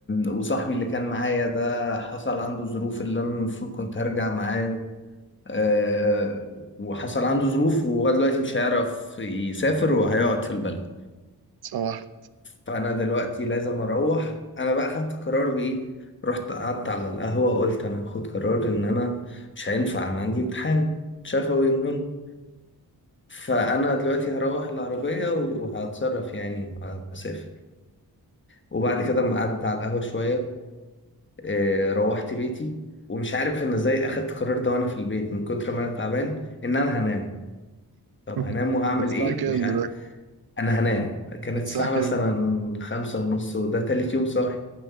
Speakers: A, on the left (about 30°); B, on the right (about 75°).
A: وصاحبي اللي كان معايا ده حصل عنده ظروف اللي انا المفروض كنت هرجع معاه آه، وحصل عنده ظروف وهو دلوقتي مش هيعرف يسافر وهيقعد في البلد
B: صباح
A: فانا دلوقتي لازم اروح انا بقى خدت قرار بايه رحت قعدت على القهوه وقلت انا هاخد قرار ان انا مش هينفع انا عندي امتحان شفوي مهم فانا دلوقتي هروح العربيه وهتصرف يعني هسافر وبعد كده ما قعدت على القهوه شويه آه، روحت بيتي ومش عارف انا ازاي اخدت القرار ده وانا في البيت من كتر ما انا تعبان ان انا هنام طب
B: <laughs>
A: هنام وهعمل
B: الساعة
A: ايه
B: كام
A: مش عارف
B: دلوقتي؟
A: انا هنام كانت
B: الساعة
A: الساعه
B: كام؟
A: مثلا خمسة ونص وده تالت يوم صاحي